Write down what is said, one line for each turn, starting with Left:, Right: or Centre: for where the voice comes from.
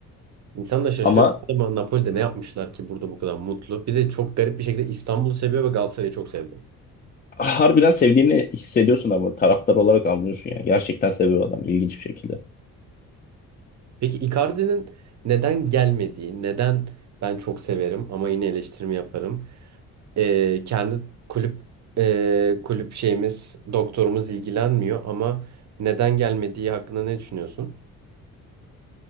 Right: İnsan da şaşırıyor.
Left: Ama
Right: Ama Napoli'de ne yapmışlar ki burada bu kadar mutlu? Bir de çok garip bir şekilde İstanbul'u seviyor ve Galatasaray'ı çok seviyor.
Left: harbiden sevdiğini hissediyorsun ama taraftar olarak anlıyorsun yani. Gerçekten seviyor adam ilginç bir şekilde.
Right: Peki Icardi'nin neden gelmediği, neden ben çok severim ama yine eleştirimi yaparım. Ee, kendi kulüp e, kulüp şeyimiz, doktorumuz ilgilenmiyor ama neden gelmediği hakkında ne düşünüyorsun?